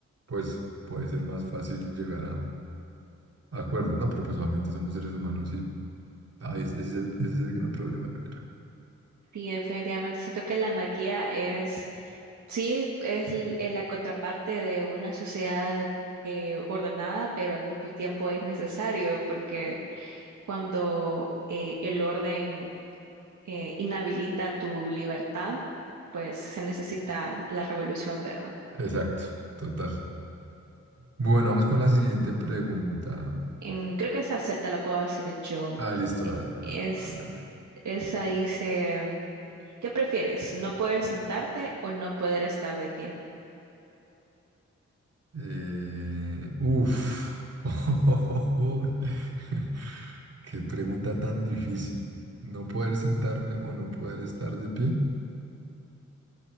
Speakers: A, on the right; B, on the right.
A: pues puede ser más fácil llegar a, a acuerdos, ¿no? Pero pues obviamente somos seres humanos y ahí es- ese es el ese es el gran problema, yo creo.
B: Sí, definitivamente siento que la anarquía es, sí, es l- eh, la contraparte de una sociedad eh, ordenada, pero al mismo tiempo es necesario porque cuando eh, el orden eh, inhabilita tu libertad, pues se necesita la revolución, ¿verdad?
A: Exacto, total. Bueno, vamos con la siguiente pregunta.
B: En- creo que esa se- te la puedo hacer yo.
A: Ah, listo, há-
B: Es,
A: há- házmela.
B: esa dice, ¿qué prefieres? ¿No poder sentarte o no poder estar de pie?
A: Eh, uf. <laughs> Qué pregunta tan difícil. ¿No poder sentarme o no poder estar de pie?